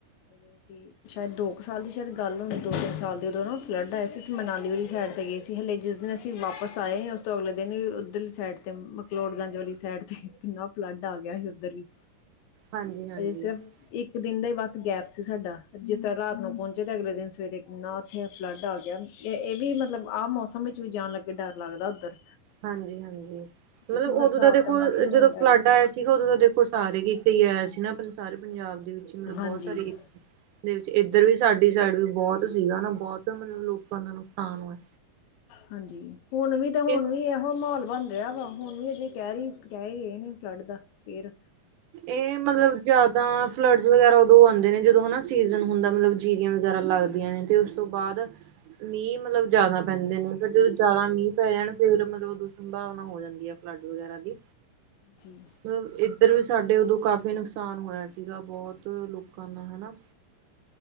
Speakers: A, on the left (about 80°); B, on the right (about 70°).
A: ਉਦੋਂ ਅਸੀਂ ਸ਼ਾਇਦ ਦੋ ਕੁ ਸਾਲ ਦੀ ਸ਼ਾਇਦ ਗੱਲ ਹੋਣੀ ਦੋ-ਤਿੰਨ ਸਾਲ ਦੀ ਉਦੋਂ ਫਲੱਡ ਆਏ ਸੀ, ਅਸੀ ਮਨਾਲੀ ਵਾਲੀ ਸਾਈਡ ਤੇ ਗਏ ਸੀ। ਤੇ ਹਲੇ ਜਿਸ ਦਿਨ ਅਸੀਂ ਵਾਪਸ ਆਏ ਉਸ ਤੋਂ ਅਗਲੇ ਦਿਨ ਹੀ ਉੱਧਰ ਸਾਈਡ ਤੇ ਮਕਲੋੜਗੰਜ ਵਾਲੀ ਸਾਈਡ ਤੇ ਕਿੰਨਾ ਫਲੱਡ ਆ ਗਿਆ ਸੀ ਉੱਧਰ ਵੀ,
B: ਹਾਂਜੀ ਹਾਂਜੀ
A: ਅਜੇ ਸਿਰਫ ਇੱਕ ਦਿਨ ਦਾ ਹੀ ਬਸ ਗੈਪ ਸੀ ਸਾਡਾ, ਜਿਸ ਤਰ੍ਹਾਂ ਰਾਤ ਨੂੰ ਪਹੁੰਚੇ ਤਾਂ ਅਗਲੇ ਦਿਨ ਸਵੇਰੇ ਨਾ ਉੱਥੇ ਫਲੱਡ ਆ ਗਿਆ। ਇਹ ਵੀ ਮਤਲਬ ਆਹ ਮੌਸਮ ਵਿੱਚ ਵੀ ਜਾਣ ਲੱਗੇ ਡਰ ਲੱਗਦਾ ਉੱਧਰ।
B: ਹਾਂਜੀ-ਹਾਂਜੀ,
A: ਕਿਉਂਕਿ
B: ਮਤਲਬ
A: ਬਰਸਾਤ
B: ਉਦੋਂ ਦਾ ਦੇਖੋ
A: ਮੌਸਮ
B: ਜਦੋਂ
A: ਹੋ ਜਾਂਦਾ
B: ਫਲੱਡ ਆਇਆ। ਠੀਕ ਆ, ਉਦੋਂ ਤਾਂ ਦੇਖੋ ਸਾਰੇ ਕਿਤੇ ਹੀ ਆਇਆ ਸੀ ਨਾ ਆਪ ਸਾਰੇ ਪੰਜਾਬ ਦੇ ਵਿੱਚ ਮਤਲਬ
A: ਹਾਂਜੀ
B: ਬਹੁਤ ਸਾਰੇ ਦੇ ਵਿੱਚ ਇਧਰ ਵੀ ਸਾਡੀ ਸਾਈਡ ਵੀ ਬਹੁਤ ਸੀਗਾ ਹਨਾ ਬਹੁਤ ਮਤਲਬ ਲੋਕਾਂ ਦਾ ਨੁਕਸਾਨ ਹੋਇਆ।
A: ਹਾਂਜੀ ਹੁਣ ਵੀ ਤੇ ਹੁਣ
B: ਇਹ
A: ਵੀ ਇਹੋ ਮਾਹੌਲ ਬਣਦਾ ਰਿਆ ਵਾ ਹੁਣ ਵੀ ਅਜੇ ਕਹਿ ਰਹੀ ਕਹਿ ਰਹੇ ਨੇ ਫਲੱਡ ਦਾ ਫਿਰ
B: ਇਹ ਮਤਲਬ ਜਿਆਦਾ ਫਲੱਡਸ ਵਗੈਰਾ ਉਦੋਂ ਆਉਂਦੇ ਨੇ ਜਦੋਂ ਹਨਾ ਸੀਜਨ ਹੁੰਦਾ ਮਤਲਬ ਜੀਰੀਆਂ ਵਗੈਰਾ ਲੱਗਦੀਆਂ ਨੇ ਤੇ ਤੋਂ ਬਾਅਦ ਮੀਂਹ ਮਤਲਬ ਜਿਆਦਾ ਪੈਂਦੇ ਨੇ ਫਿਰ ਜਦੋਂ ਜ਼ਿਆਦਾ ਮੀਂਹ ਪੈ ਜਾਣ ਫਿਰ ਮਤਲਬ ਉਦ ਸੰਭਾਵਨਾ ਹੋਰ ਹੋ ਜਾਂਦੀ ਹੈ ਫਲੱਡ ਵਗੈਰਾ ਦੀ
A: ਜੀ
B: ਮਤਲਬ ਇਹ ਇਧਰ ਵੀ ਸਾਡੇ ਉਦੋਂ ਕਾਫੀ ਨੁਕਸਾਨ ਹੋਇਆ ਸੀਗਾ ਬਹੁਤ ਲੋਕਾਂ ਦਾ ਹਨਾ।